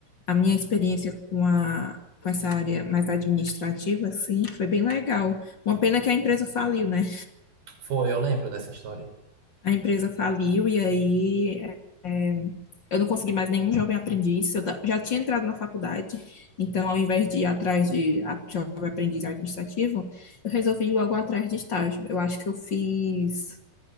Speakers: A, on the left (about 35°); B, on the right (about 75°).
A: a minha experiência com a, com essa área mais administrativa, assim, foi bem legal. Uma pena que a empresa faliu, né?
B: Foi, eu lembro dessa história.
A: A empresa faliu e aí eh, eu não consegui mais nenhum jovem aprendiz. Eu da- já tinha entrado na faculdade, então ao invés de ir atrás de a- jovem aprendiz administrativo, eu resolvi ir logo atrás de estágio. Eu acho que eu fiz.